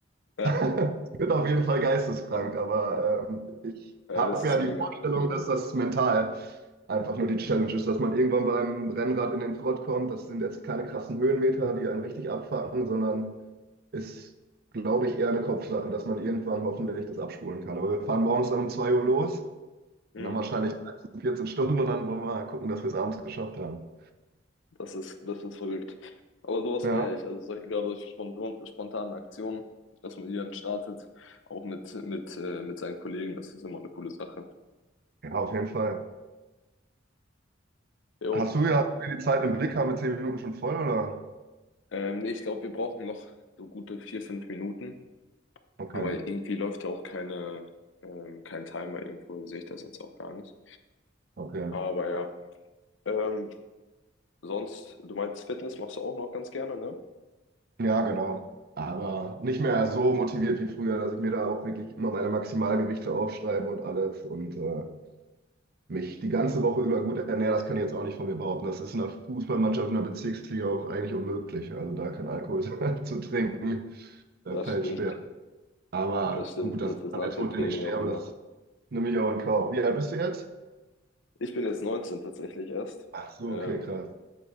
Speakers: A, on the left; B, on the right.
A: Ja.
B: <laughs> Es wird auf jeden Fall geisteskrank, aber ähm, ich
A: Ey,
B: habe
A: das ist
B: ja die
A: mega.
B: Vorstellung, dass das mental einfach nur die Challenge ist, dass man irgendwann beim Rennrad in den Trott kommt. Das sind jetzt keine krassen Höhenmeter, die einen richtig abfacken, sondern ist, glaube ich, eher eine Kopfsache, dass man irgendwann hoffentlich das abspulen kann. Aber wir fahren morgens dann um 2 Uhr los und
A: Mhm.
B: dann wahrscheinlich 13, 14 Stunden und dann wollen wir mal gucken, dass wir es abends geschafft haben.
A: Das ist, das ist verrückt. Aber sowas
B: Ja,
A: feiere ich. Also solche, gerade solche spontan, spontanen Aktionen, dass man die dann startet, auch mit, mit, äh, mit seinen Kollegen, das ist immer eine coole Sache.
B: ja, auf jeden Fall.
A: Jo.
B: Hast du ja hast du die Zeit im Blick? Haben wir 10 Minuten schon voll, oder?
A: Ähm, nee, ich glaube, wir brauchen noch so gute vier, fünf Minuten.
B: Okay,
A: Aber irgendwie läuft ja auch keine, ähm, kein Timer irgendwo, sehe ich das jetzt auch gar nicht.
B: okay.
A: Aber ja. Ähm, sonst, du meinst Fitness machst du auch noch ganz gerne, ne?
B: Ja, genau. Aber nicht mehr so motiviert wie früher, dass ich mir da auch wirklich immer meine Maximalgewichte aufschreibe und alles und äh, mich die ganze Woche über gut ernähre, das kann ich jetzt auch nicht von mir behaupten. Das ist in einer Fußballmannschaft, in einer Bezirksliga auch eigentlich unmöglich. Also da kein Alkohol <laughs> zu trinken, das
A: Das
B: fällt
A: stimmt.
B: schwer. Aber
A: Das stimmt,
B: gut, das
A: das
B: ist
A: ist
B: dann
A: nach
B: der Tod,
A: dem Training
B: den ich sterbe,
A: auch immer.
B: das nehme ich auch in Kauf. Wie alt bist du jetzt?
A: Ich bin jetzt 19 tatsächlich erst,
B: Ach so,
A: ähm,
B: okay, krass.